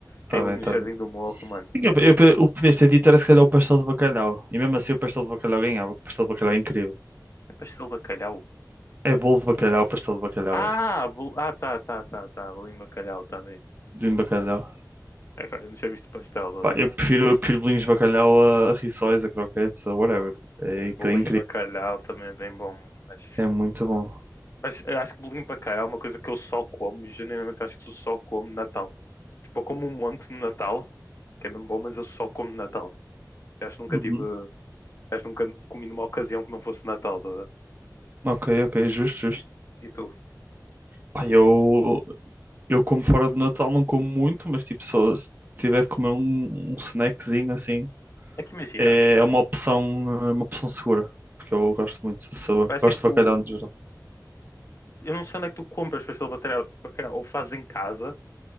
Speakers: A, on the right (about 25°); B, on the left (about 35°).
A: Tá
B: Tem um
A: bem,
B: no
A: tá
B: Jardim
A: bem.
B: do Morro, mano.
A: Eu, eu- o que podias ter dito era se calhar o pastel de bacalhau. E mesmo assim o pastel de bacalhau ganhava, porque o pastel de bacalhau é incrível.
B: É pastel de bacalhau.
A: É bolo de bacalhau, pastel de bacalhau.
B: Ah,
A: É tipo,
B: bol... ah, tá, tá, tá, tá. Bolinho de bacalhau, tá bem.
A: bolinho de bacalhau.
B: Agora não tinha visto pastel.
A: Pá, eu
B: eh,
A: prefiro, eu prefiro bolinhos de bacalhau a, a rissóis, a croquetes, a whatever. Tipo, É, aquilo
B: Bolinho
A: é incrível.
B: de bacalhau também é bem bom, mano. Mas,
A: É muito bom.
B: mas eu acho que bolinho de bacalhau é uma coisa que eu só como. Genuinamente acho que eu só como no Natal. Tipo, eu como um monte no Natal, que é mesmo bom, mas eu só como no Natal. Eu acho que nunca
A: Uhum.
B: tive. Acho que nunca comi numa ocasião que não fosse Natal, tá? a ver?
A: Ok, ok, justo, justo.
B: E tu?
A: Pá, eu, eu como fora de Natal não como muito, mas tipo, só se tiver de comer um, um snackzinho assim,
B: É que imagina.
A: é é uma opção, é uma opção segura, porque eu gosto muito de sabor,
B: Parece
A: gosto
B: tipo,
A: de bacalhau no geral.
B: eu não sei onde é que tu compras pastel de bacalhau, bacalhau, ou fazes em casa,